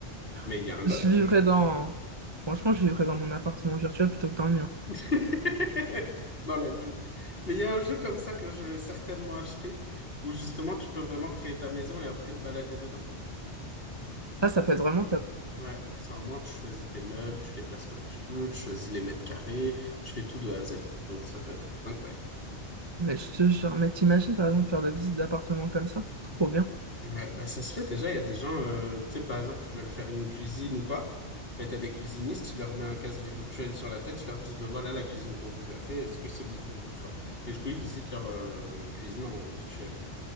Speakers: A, on the left; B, on the right.
A: Mais
B: <laughs>
A: il y a un
B: Je
A: autre
B: vivrais
A: jeu.
B: dans... Franchement, je vivrais dans mon appartement virtuel plutôt que dans le mien.
A: <laughs> Dans la bulle. Mais il y a un jeu comme ça que je vais certainement acheter, où justement, tu peux vraiment créer ta maison et après te balader dedans.
B: Ça, ça peut être vraiment top.
A: Ouais, et c'est vraiment, tu choisis tes meubles, tu les places comme tu veux, tu choisis les mètres carrés, tu fais tout de A à Z. Donc, ça peut être incroyable.
B: Mais je te jure, mais t'imagines par exemple faire des visites d'appartements comme ça? Trop bien.
A: Ouais, bah ça se fait déjà, il y a des gens, euh, tu sais, par exemple, qui veulent faire une cuisine ou quoi, bah, t'as des cuisinistes, ils leur mettent un casque virtuel sur la tête, ils leur disent, ben voilà la cuisine qu'on vous a fait, est-ce que c'est bon pour vous, tu vois. Et du coup, ils visitent leur euh, cuisine en virtuel.